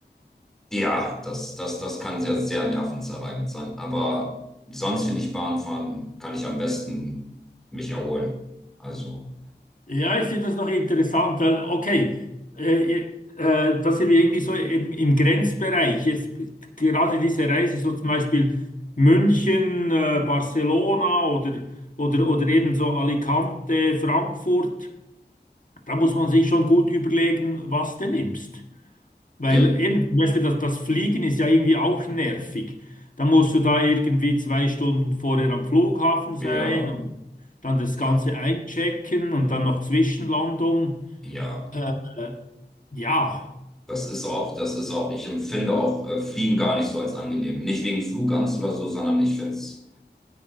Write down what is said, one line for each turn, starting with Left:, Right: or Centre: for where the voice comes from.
Centre: Ja, das, das, das kann sehr, sehr nervenzerreibend sein. Aber sonst finde ich Bahnfahren kann ich am besten mich erholen. Also,
Left: Ja, ich finde das noch interessant, weil, okay, äh, äh, da sind wir irgendwie so im, im Grenzbereich. Jetzt gerade diese Reise, so zum Beispiel München, äh, Barcelona oder, oder, oder eben so Alicante, Frankfurt. Da muss man sich schon gut überlegen, was du nimmst. Weil
Centre: wir,
Left: eben, zum Beispiel das, das Fliegen ist ja irgendwie auch nervig. Da musst du da irgendwie zwei Stunden vorher am Flughafen
Centre: wir,
Left: sein und dann das
Centre: ja,
Left: Ganze einchecken und dann noch Zwischenlandung.
Centre: ja.
Left: Äh, äh, ja,
Centre: Das ist auch, das ist auch, ich empfinde auch äh, Fliegen gar nicht so als angenehm. Nicht wegen Flugangst oder so, sondern ich finde es,